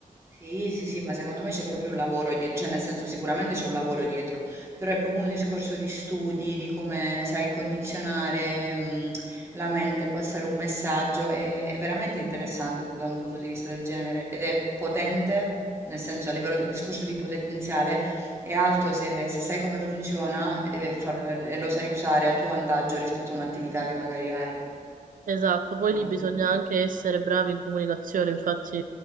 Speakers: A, on the right; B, on the right.
A: Sì, sì, sì, ma secondo me c'è proprio un lavoro dietro, cioè nel senso sicuramente c'è un lavoro dietro, però è proprio un discorso di studi, di come sai condizionare, mh, la mente, passare un messaggio, è, è veramente interessante da un punto di vista del genere ed è potente, nel senso a livello, il discorso di potenziale è alto se, se sai come funziona e, far- e lo sai usare a tuo vantaggio rispetto a un'attività che magari hai. a
B: Esatto, poi
A: voglia.
B: lì bisogna anche essere bravi in comunicazione, infatti